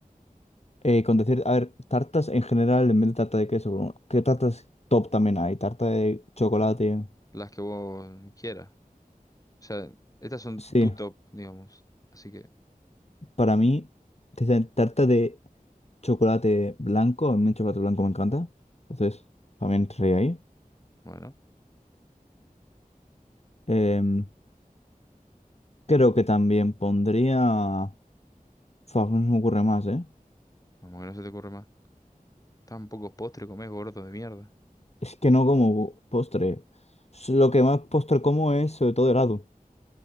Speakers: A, on the left; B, on the left.
A: Eh, con decir, a ver, tartas en general, en vez de tarta de queso, bueno, ¿qué tartas top también hay? Tarta de chocolate.
B: las que vos quieras. O sea, estas son
A: Sí,
B: tu top, digamos. Así que...
A: para mí, desde tarta de chocolate blanco, a mí el chocolate blanco me encanta. Entonces, también entraría ahí.
B: Bueno.
A: Em, creo que también pondría... Fua, no se me ocurre más, ¿eh?
B: Como que no se te ocurre más. Tan pocos postres comes, gordo de mierda.
A: Es que no como postre. S- Lo que más postre como es sobre todo helado.